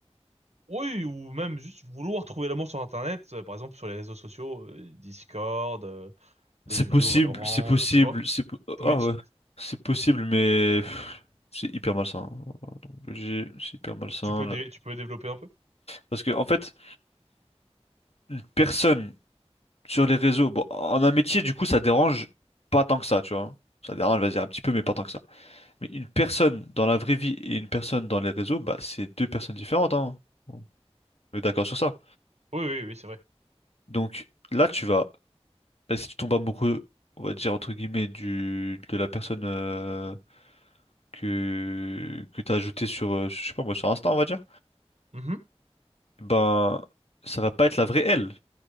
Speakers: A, on the right; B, on the left.
A: Oui, ou même juste vouloir trouver l'amour sur Internet, euh, par exemple sur les réseaux sociaux, euh, Discord, euh, les
B: C'est
A: jeux
B: possible,
A: vidéo Valorant,
B: c'est possible,
A: enfin tu vois,
B: c'est po- oh,
A: Twitch.
B: ah ouais, c'est possible, mais pff, c'est hyper malsain. Donc, j'ai- C'est hyper malsain.
A: Tu peux
B: là.
A: dé- tu peux développer un peu?
B: Parce que en fait, une personne sur les réseaux, bon, en un métier, du coup, ça dérange pas tant que ça, tu vois. Ça dérange, vas-y, un petit peu, mais pas tant que ça. Mais une personne dans la vraie vie et une personne dans les réseaux, bah, c'est deux personnes différentes, hein. On est d'accord sur ça.
A: Oui, oui, oui, c'est vrai.
B: Donc là, tu vas, bah, si tu tombes amoureux, on va dire entre guillemets, du de la personne. euh, que, que t'as ajouté sur, euh, je sais pas moi, sur Insta, on va dire,
A: Mhm.
B: ben, ça va pas être la vraie elle.